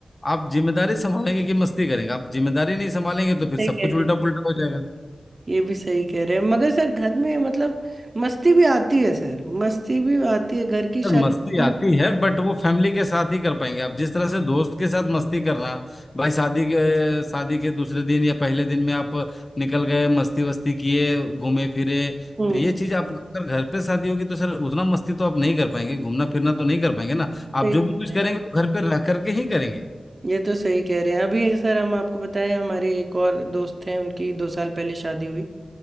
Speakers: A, on the left; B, on the right.
A: आप जिम्मेदारी संभालेंगे कि मस्ती करेंगे आप जिम्मेदारी नहीं संभालेंगे तो
B: सही
A: फिर सब
B: कह
A: कुछ उल्टा
B: रहे हैं
A: पुल्टा हो जाएगा
B: ये भी सही कह रहे हैं मगर सर घर में मतलब मस्ती भी आती है सर मस्ती भी आती है घर की
A: सर
B: शादी
A: मस्ती आती
B: में
A: है बट वो फैमिली के साथ ही कर पाएंगे आप जिस तरह से दोस्त के साथ मस्ती करना भाई शादी के शादी के दूसरे दिन या पहले दिन में आप निकल गए मस्ती वस्ती किए घूमे फिरे
B: हम्म
A: तो ये चीज आप अगर घर पे शादी होगी तो सर उतना मस्ती तो आप नहीं कर पाएंगे घूमना फिरना तो नहीं कर पाएंगे ना आप
B: सही
A: जो
B: कह
A: भी कुछ
B: रहे
A: करेंगे
B: हैं
A: तो घर पे रह करके ही करेंगे
B: ये तो सही कह रहे हैं अभी सर हम आपको बताएं हमारे एक और दोस्त हैं उनकी दो साल पहले शादी हुई